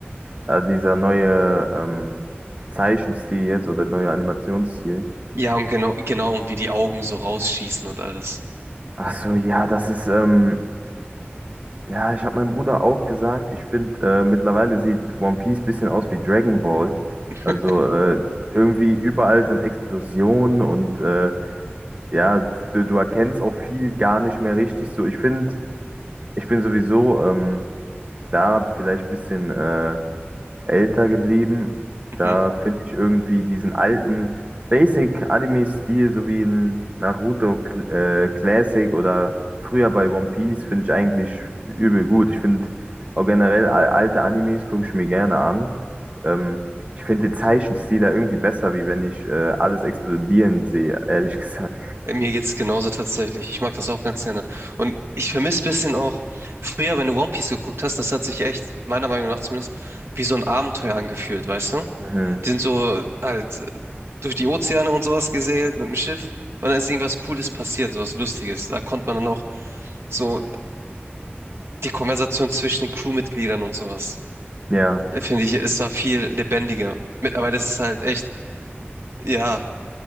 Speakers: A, on the right (about 35°); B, on the right (about 80°).
A: Äh, dieser neue ähm, Zeichenstil jetzt oder neue Animationsstil.
B: Ja, und genau, genau, und wie die Augen so rausschießen und alles.
A: Ach so, ja, das ist, ähm, ja, ich habe meinem Bruder auch gesagt, ich finde, äh, mittlerweile sieht One Piece bisschen aus wie Dragon Ball.
B: <laughs>
A: Also äh, irgendwie überall sind Explosionen und äh, Ja, das- du, du erkennst auch viel gar nicht mehr richtig so. Ich finde, ich bin sowieso ähm, da vielleicht ein bisschen äh, älter geblieben.
B: Mhm.
A: Da finde ich irgendwie diesen alten Basic-Anime-Stil, so wie in Naruto Cl- äh, Classic oder früher bei One Piece, finde ich eigentlich übel gut. Ich finde auch generell al- alte Animes gucke ich mir gerne an. Ähm, ich finde den Zeichenstil da irgendwie besser, wie wenn ich äh, alles explodieren sehe, ehrlich <laughs> gesagt.
B: Äh, Mir geht's genauso tatsächlich. Ich mag das auch ganz gerne. Und ich vermisse ein bisschen auch, früher, wenn du One Piece geguckt hast, das hat sich echt, meiner Meinung nach zumindest, wie so ein Abenteuer angefühlt, weißt du?
A: Mhm.
B: Die sind so halt äh, durch die Ozeane und sowas gesegelt mit dem Schiff. Und dann ist irgendwas Cooles passiert, sowas Lustiges. Da konnte man dann auch so die Konversation zwischen den Crewmitgliedern und sowas.
A: Ja.
B: äh, Finde ich, es war viel lebendiger. Mittlerweile ist es halt echt, ja,